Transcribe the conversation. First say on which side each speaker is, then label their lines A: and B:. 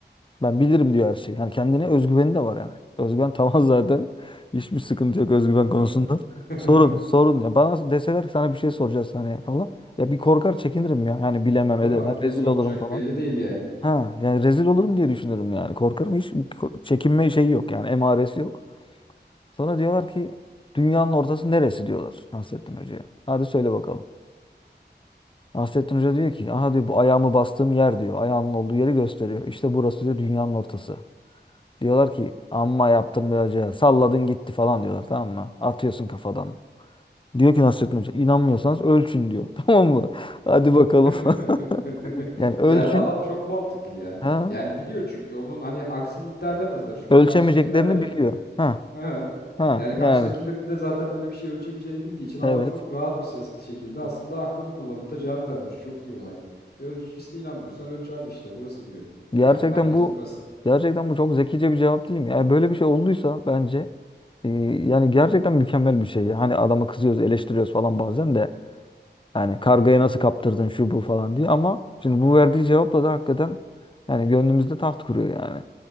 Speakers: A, on the left (about 30°); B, on the left (about 60°).
A: Ben bilirim diyor her şeyi. Hani kendine özgüveni de var yani. Özgüven <laughs> tamam zaten. Hiçbir sıkıntı yok özgüven
B: Hı.
A: konusunda.
B: <laughs>
A: Sorun sorun ya. Bana deseler ki sana bir şey soracağız hani falan. Ya bir korkar çekinirim ya. Yani bilemem
B: Tabii
A: edemem.
B: abi ne
A: Rezil
B: soracak
A: olurum falan.
B: belli değil yani.
A: Ha yani rezil olurum diye düşünürüm yani. Korkarım hiç ko- çekinme şeyi yok yani emaresi yok. Sonra diyorlar ki dünyanın ortası neresi diyorlar Nasrettin Hoca'ya. Hadi söyle bakalım. Nasrettin Hoca diyor ki aha diyor bu ayağımı bastığım yer diyor. Ayağımın olduğu yeri gösteriyor. İşte burası diyor dünyanın ortası. Diyorlar ki amma yaptın be hoca salladın gitti falan diyorlar tamam mı? Atıyorsun kafadan. Diyor ki Nasrettin Hoca inanmıyorsanız ölçün diyor. <laughs> Tamam mı? Hadi bakalım.
B: <laughs>
A: <laughs> Yani ölçün.
B: Yani adam çok mantıklı ya.
A: Ha?
B: Yani biliyor çünkü onun hani aksini iddia edemezler. Çünkü
A: Ölçemeyeceklerini
B: karşıdakiler de bilmiyor.
A: biliyor. Ha.
B: Ha.
A: Ha.
B: Yani karşıdakilerin
A: Yani.
B: de zaten böyle bir şey ölçemeyeceğini bildiği için adam
A: Evet.
B: çok rahat bir ses şekilde aslında aklını kullanıp da cevap vermiş. Çok iyi olay. Ölç işte inanmıyorsan ölç abi işte burası diyor.
A: Gerçekten
B: Dünyanın merkezi
A: bu
B: burası.
A: gerçekten bu çok zekice bir cevap değil mi? Yani böyle bir şey olduysa bence e, yani gerçekten mükemmel bir şey. Hani adama kızıyoruz, eleştiriyoruz falan bazen de yani kargayı nasıl kaptırdın şu bu falan diye ama şimdi bu verdiği cevapla da hakikaten yani gönlümüzde taht kuruyor yani.